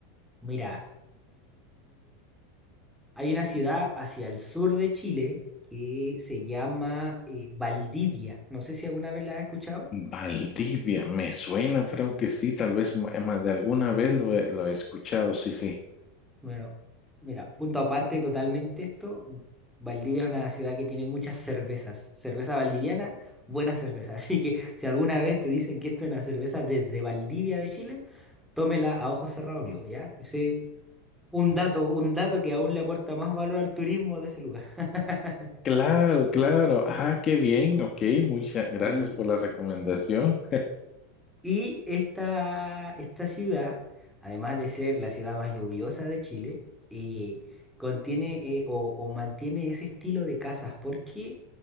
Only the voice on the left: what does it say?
Valdivia, me suena, creo que sí, tal vez ma- eh, más de alguna vez lo he, lo he escuchado, sí, sí.
Claro, claro. Ah, qué bien, ok, muchas gracias
por la recomendación.